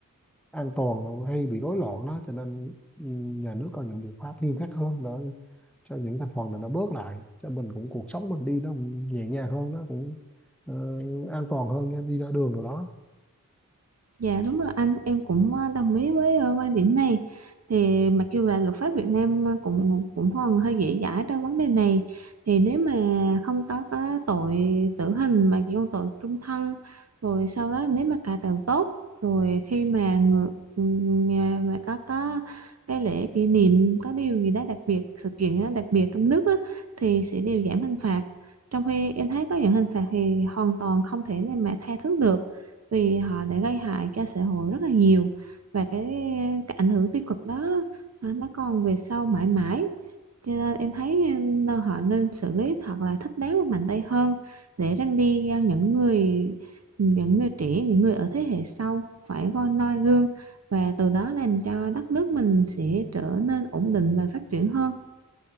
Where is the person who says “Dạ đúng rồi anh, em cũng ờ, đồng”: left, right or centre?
Right